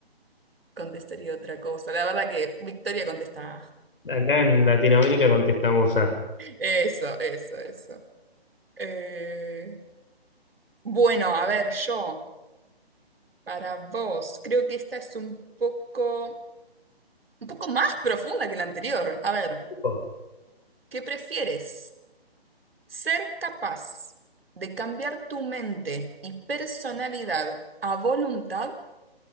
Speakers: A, on the right (about 65°); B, on the left (about 60°).
A: contestaría otra cosa. La verdad que Victoria contesta. A.
B: acá en Latinoamérica contestamos A.
A: Eso, eso, eso. Eh, bueno, a ver, yo, para vos, creo que esta es un poco, un poco más profunda que la anterior. A ver,
B: Oh,
A: ¿qué prefieres? Ser capaz de cambiar tu mente y personalidad a voluntad